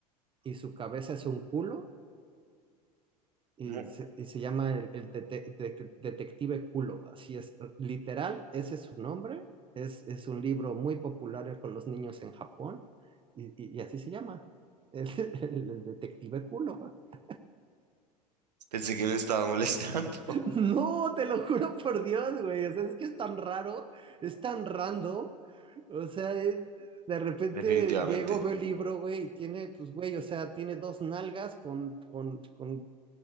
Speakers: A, on the right; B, on the right.
A: y su cabeza es un culo y
B: ¿Cómo?
A: se, y se llama el, el dete- de- Detective Culo, así es, literal, ese es su nombre, es, es un libro muy popular con los niños en Japón, y, y- y así se llama, <laughs> el, el- el Detective Culo. <laughs>
B: Pensé que me estaba molestando.
A: No, te lo juro por Dios, güey, o sea, es que es tan raro, es tan random, o sea, es- de repente
B: <laughs> Definitivamente.
A: llego, veo el libro, güey, y tiene, pues, güey, o sea, tiene dos nalgas con, con, con,